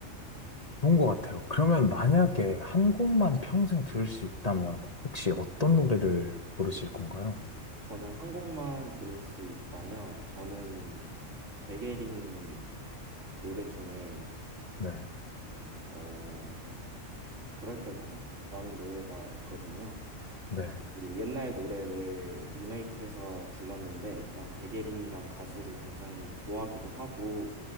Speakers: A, on the left; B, on the right.
A: 좋은 것 같아요. 그러면 만약에 한 곡만 평생 들을 수 있다면 혹시 어떤 노래를 고르실 건가요?
B: 저는 한 곡만 들을 수 있다면 저는 백예린 노래 중에
A: 네,
B: 어 그럴 때마다라는 노래가 있거든요.
A: 네,
B: 그 옛날 노래를 리메이크해서 불렀는데 일단 백예린이랑 가수를 굉장히 좋아하기도 하고